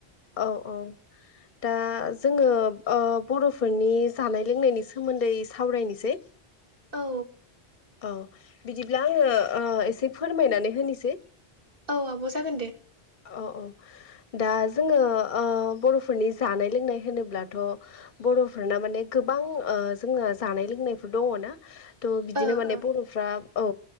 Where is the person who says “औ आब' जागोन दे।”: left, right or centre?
Right